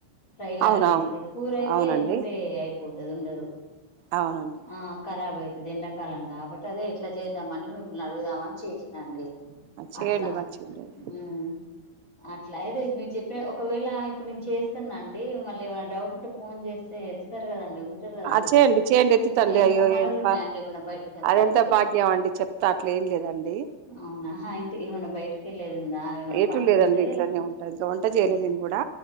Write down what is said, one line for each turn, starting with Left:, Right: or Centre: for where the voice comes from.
Left: ఫ్రై లాగా
Right: అవునవును
Left: చేస్తే కూర అయితే
Right: అవునండి
Left: ఎమ్మటే అయిపోతది ఉండదు
Right: అవునండి
Left: ఆ ఖరాబ్ అయితది ఎండాకాలం కాబట్టి అదే ఎట్లా చేద్దామని మిమ్మల్ని అడుగుదామని చేస నండి
Right: చేయండి
Left: అట్లా
Right: మంచిగా ఉండేది
Left: హ్మ్ అట్లా అది మీ చెప్ ఒకవేళ ఇప్పుడు నేను చేస్తున్నా అండి మళ్ళీ ఏమైనా డౌట్ ఉంటే ఫోన్ చేస్తే ఎత్తుతారు కదండి ఉంటారు కదా అందుబాటు
Right: ఆ చేయండి చేయండి ఎత్తుతండి
Left: ఏమైనా
Right: అయ్యో
Left: పనులు
Right: ఏళపా
Left: ఉన్నాయండి ఏమైనా బయటకి వెళ్తారా
Right: అది ఎంత
Left: మీరు
Right: భాగ్యం అండి చెప్తా అట్లే ఏం లేదండి
Left: అవునా ఇంటి ఏమన్నా బయటికి వెళ్ళలేది ఉందా ఏమైనా
Right: ఎటు
Left: పనులు
Right: లేదండి
Left: ఉంటే
Right: ఇంట్లోనే ఉంటా ఇంకా వంట
Left: అంతేనా
Right: చేయలే నేను కూడా